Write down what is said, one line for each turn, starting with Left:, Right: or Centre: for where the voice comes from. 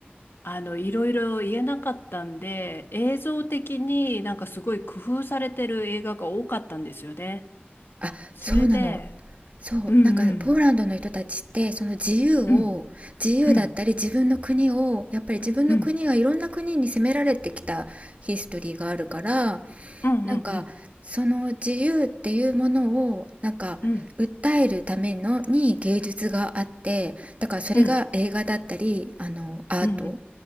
Left: あの、いろいろ言えなかったんで、映像的になんかすごい工夫されてる映画が多かったんですよね。
Right: あ、
Left: それで、
Right: そうなの。そうなんかポーランドの人たちってその自由を自由だったり自分の国をやっぱり自分の国がいろんな国に攻められてきたヒストリーがあるから
Left: うんうん。うんうんうん。うんうんうん。
Right: なんかその自由っていうものをなんか訴えるためのに芸術があってだからそれが映画だったりあのアート
Left: うんうんうん